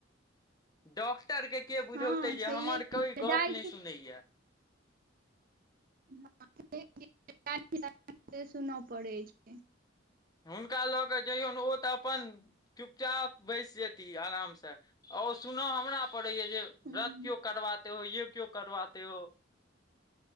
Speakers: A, on the left; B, on the right.
A: डॉक्टरके के बुझौते
B: हँ
A: जे
B: छैहे
A: हमर कोइ गप
B: जाइ
A: नहि
B: छै
A: सुनैया
B: <unintelligible> सुनऽ पड़ै छै
A: हुनका लऽ कऽ जैयौन ओ तऽ अपन चुपचाप बैस जेती आराम से सुन हमरा पड़ैया जे व्रत
B: हुँ
A: केो करबा य केओ करबे हो